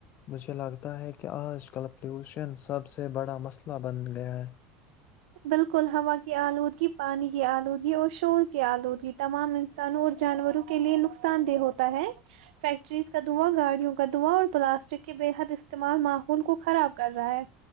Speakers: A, on the left; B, on the right.
A: مجھے لگتا ہے کہ آج کل فلوشن سب سے بڑا مسئلہ بن گیا ہے
B: بالکل ہوا کی آلودگی پانی کی آلودگی اور شور کی آلودگی تمام انسانوں اور جانوروں کے لیے نقصان دہ ہوتا ہے فیکٹریز کا دوا گاڑیوں کا دوااں اور پلاسٹک کے بے حد استعمال ماحول کو خراب کر رہا ہے